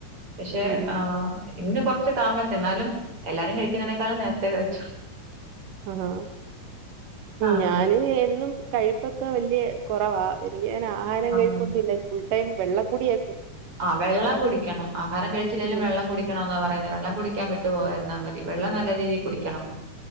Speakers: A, on the right; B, on the right.
A: പക്ഷെ
B: ഉം ഉം
A: ആഹ്
B: ഉം.
A: ഇന്ന് കൊറച്ച് താമസിച്ച് എന്നാലും എല്ലാരും കഴിക്കുന്നതിനേക്കാളും നേരത്തെ കഴിച്ചു
B: ആഹാ
A: ആഹ്
B: ഞാന് എന്നും കഴിപ്പൊക്കെ വല്യ കുറവാ <unintelligible> ആഹാരം
A: ആഹ്
B: കഴിപ്പൊന്നുല്ല ഫുൾ ടൈം വെള്ളം കുടിയ
A: ആഹ് വെള്ളം കുടിക്കണം ആഹാരം കഴിച്ചില്ലെലും
B: ഉം
A: വെള്ളം കുടിക്കണം എന്നാ പറയുന്നത് വെള്ളം കുടിക്കാൻ വിട്ടു പോവാതിരുന്നാ മതി വെള്ളം നല്ല രീതിയിൽ കുടിക്കണം
B: ഉം